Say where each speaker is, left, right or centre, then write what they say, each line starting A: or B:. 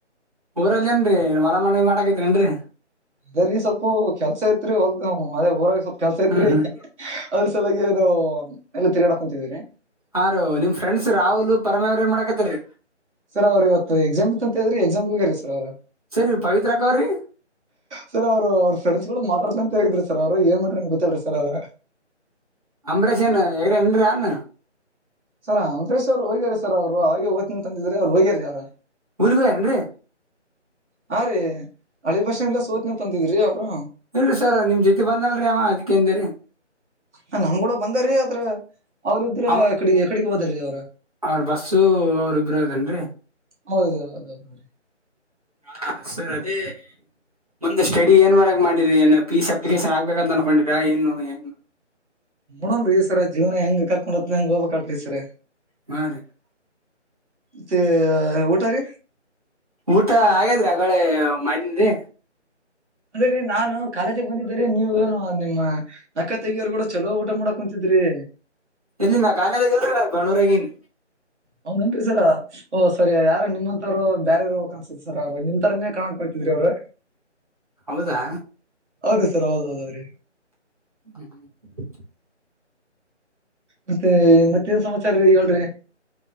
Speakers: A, on the right; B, on the right.
A: ಊರಲ್ಲಿಲ್ಲೇನ್ರಿ ಹೊಲ ಮನಿ ಮಾಡಕೇತಿರಿೇನ್ರಿ
B: ಅದೇ ರೀ ಸ್ವಲ್ಪ ಕೆಲ್ಸ ಐತ್ರಿ ಹೊಲ್ ಅದೇ ಊರಾಗ ಸ್ವಲ್ಪ್ ಕೆಲ್ಸ ಇತ್ರಿ.
A: ಹ್ಮ್ ಹ್ಮ್
B: ಅದ್ರ ಸಲಾಗಿ ನಾವು ಎಲ್ಲ ತಿರುಗಾಡ ಕುೊಂತಿದೀವಿ
A: ಹಾ ರೋ ನಿಮ ಫ್ರೆಂಡ್ಸ್ ರಾಹುಲ್ ಪರಮೇವ್ರ ಏನ್ ಮಾಡಾಕತ್ತರೀ
B: ಸರ್ ಅವ್ರ ಇವತ್ತು ಎಸಾಮ್ ಇ ಅಂತ ಹೇಳ್ರಿ ಎಕ್ಸಾಮ್ ಹೋಗ್ಯಿರಿ ಸರ್ ಅವ್ರು
A: ಸರಿ ಇವ್ರ್ ಪವಿತ್ರಕ್ಕೋರಿ
B: ಸರ್ ಅವರು ಅವ್ರ ಫ್ರೆಂಡ್ಸ್ ಗಳು ಮಾತಾಡ್ತಂತೇಗಿದ್ರಿ ಸರ್ ಅವರು ಏನ್ ಮಾಡ್ರಿ ಗೊತ್ತಲ್ರರಿ ಸರ್ ಅವರು
A: ಅಂಬರೀಷ ಏನ್ ಹೆಗ್ರ ಏನ್ರೀ ಅನ್
B: ಸರ್ ಅಂಬರೇಶ್ ಅವರು ಹೋಗ್ಯಾರಾರಿ ಸರ್ ಅವರು ಅವೆಗೆ ಹೋಗ್ತೀನಿ ಅಂತಂದಿದ್ರೆ ಅವ್ರು ಹೋಗ್ಯಾರ ಅವರು
A: ಊರಿಗೆ ಹೋಗ್ಯರೇನ್ರಿ
B: ಹಾ ರೀ ಹಳಿ ಬಸ್ಂಡಲ್ಲಾ ಸೋತ್ನ ತಂದಿದ್ರಿ ಅವರು
A: ಇಲ್ಲ ಸರ್ ನಿಮ್ಮ್ ಜೊತೆ ಬಂದಲ್ರಿ ಅವ ಅದಕ್ಕೆದ ರೀ
B: ಹ ನಮ್ ಕೂಡ ಬಂದಾರಿ ಆದತ್ರ ಅವ್ರ ಇದ್ರೆ
A: ಅವ
B: ಕಡೆಗೆ ಕಡೆಗೆ ಬದಾರೀ ಅವ್ರ
A: ಅವ್ರ ಬಸ್ಸು ಅವ್ರ ಇಬ್ರು ಇದದೇನ್ರರಿ
B: ಹೌದ ಹೌದು ಹೌದ್ರೀ
A: ಹಾ ಸರ್ ಅದೇ ಮುಂದೆ ಸ್ಟಡಿ ಏನ್ ಮಾಡಕ್ ಮಾಡಿರಿ ಏನು ಪೀಸ್ ಅಪ್ಲಿಕೇಶನ್ ಆಗ್ಬೇಕಂತ ಅನ್ಕೊಂಡಿರಾ ಏನು ಏನು
B: ನೋಡ್ರೀ ಸರ ಜೀವನ ಹೆಂಗ ಕರ್ಕೊಂಡ ಹತ್ತ ಹೆಂಗ ಹೋಗಬೇಕಕ್ಲ್ ಸರ್
A: ಮ ರೀ <unintelligible>
B: ತ್ತ ಊಟ ರ
A: ಊಟ ಹಾಗೇದ್ರಿ ಅಳೇ ಮನನ್ ರೀ
B: ಅಂದ್ರೀ ನಾನು ಕಾಲೇಜಿಗೆ ಕಂದಿದ್ರ ನೀವ ಏನೋ ನಿಮ್ಮ ಅಕ್ಕ ತೆಗಿಯವರು ಕೂಡ ಚಲೋ ಊಟ ಮಾಡಕೊಂತಿದ್ರಿ
A: ಇಲ್ಲಿಂದಾ ಕಾಲೇದ ಇಲ್ರರಿ ಬಂಡೂರಗನ್
B: ಹೌದನ್ರಿ ಸರ್ ಓ ಸರಿ ಯಾರ ನಿಮ್ಮಂತವ್ರು ಬ್ಯರ ಹ ಸ ಅವರು ನಿಮ್ ತರನೇ ಕಾಣಕಕ್ ಕೊಡ್ತಿದ್ರಿ ಅವರು
A: ಹೌದಾ
B: ಹೌದ ಸರ್ ಹೌದ ಹೌದ ರೀ
A: ಹ್ಮ್ ಹ್ಮ್ <unintelligible>
B: ಮತ್ತೆ ಮತ್ತೇನ್ ಸಮಾಚಾರ ರೀ ಹೇಳ್ರಿ